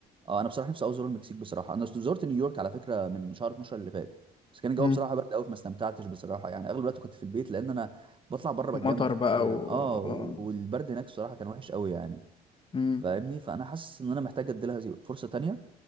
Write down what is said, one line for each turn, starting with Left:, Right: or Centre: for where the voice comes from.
Right: اه انا بصراحه نفسي أوي ازور المكسيك بصراحه انا زرت نيويورك على فكره من شهر 12 اللي فات بس كان الجو
Left: مم.
Right: بصراحه برد قوي فما استمتعتش بصراحه يعني اغلب الوقت كنت في البيت لان انا بطلع بره بتجمد
Left: مطر
Right: حرفيا
Left: بقى و
Right: اه والبرد
Left: آه.
Right: هناك بصراحه كان وحش قوي يعني
Left: مم.
Right: فاهمني فانا حاسس ان انا محتاج ادي لها زي- فرصه تانية